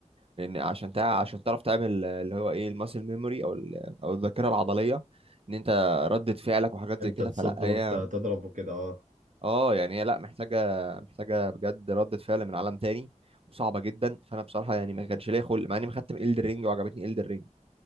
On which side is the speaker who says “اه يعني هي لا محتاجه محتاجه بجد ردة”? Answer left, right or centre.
Right